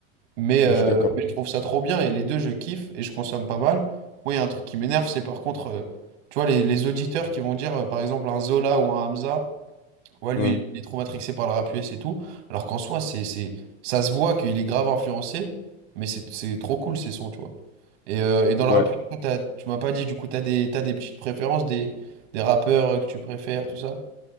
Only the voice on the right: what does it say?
Mais, euh,
mais je trouve ça trop bien et les deux, je kiffe et je consomme pas mal. Moi, il y a un truc qui m'énerve, c'est par contre, euh, tu vois, les, les auditeurs qui vont dire, euh, par exemple, un Zola ou un Hamza, ouais, lui,
il est trop matrixé par le rap US et tout. Alors qu'en soi, c'est, c'est, ça se voit qu'il est grave influencé, mais c'est c'est trop cool ces sons, tu vois. Et, euh, et dans
le rap, toi, t'as- tu m'as pas dit, du coup, t'as des, t'as des petites préférences, des, des rappeurs euh, que tu préfères, tout ça?